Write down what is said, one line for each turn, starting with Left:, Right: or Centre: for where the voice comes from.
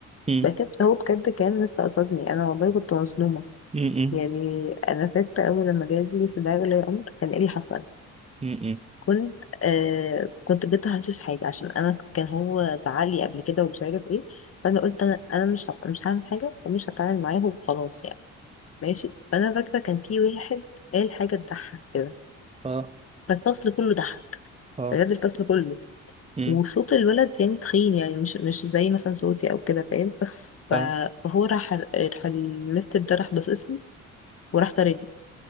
Right: مم.
Left: بجد هو بجد كان مستقصدني أنا والله كنت مظلومة
Right: امم
Left: يعني أنا فاكرة أول لما جاب لي استدعاء ولي أمر كان إيه اللي حصل
Right: امم
Left: كنت آه كنت جبت هنشوش حاجة عشان أنا كان هو زعلي قبل كده ومش عارف إيه فأنا قلت أنا أنا مش هب- مش هعمل حاجة ومش هتعامل معاه وخلاص يعني ماشي فأنا فاكرة كان في واحد قال حاجة تضحك كده
Right: اه
Left: فالفصل كله ضحك
Right: اه
Left: بجد الفصل كله
Right: امم
Left: وصوت الولد يعني تخين يعني مش مش زي مثلا صوتي او كده فاهم <laughs> ف-
Right: اه
Left: فهو راح راح المستر ده راح باصصني وراح طاردني